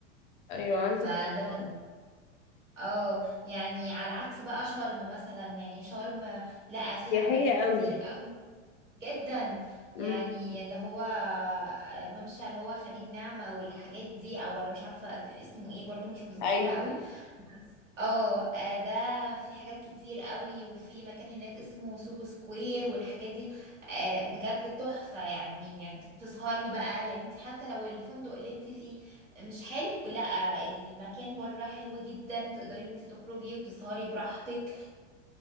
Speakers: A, on the left; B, on the right.
A: أيوة عندك
B: فده ب-
A: حق.
B: آه، اه يعني على عكس بقى شرم مثلا يعني شرم لقى فيها
A: سياحية
B: اماكن كتير
A: قوي
B: قوي جدا يعني
A: امم
B: اللي هو آه، ممشى اللي هو خليج نعمة والحاجات دي او ولا مش عارفة كان اسمه ايه برضو مش متذكرة
A: أيوة
B: قوي بس اه آه، ده في حاجات كتير قوي وفي مكان هناك اسمه سوهو سكوير والحاجات دي آه، بجد تحفة يعني تسهري بقى يعني انت حتى لو الفندق اللي انت فيه مش حلو لا المكان بره حلو جدا تقدري ان انت تخرجي وتسهري براحتك